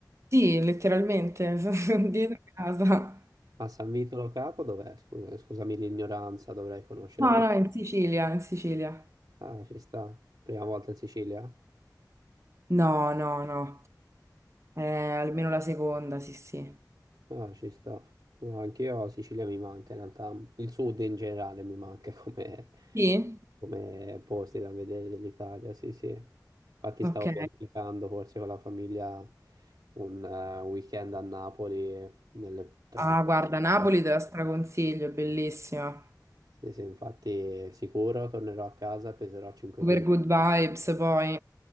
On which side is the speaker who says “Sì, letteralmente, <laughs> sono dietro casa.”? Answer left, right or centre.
Right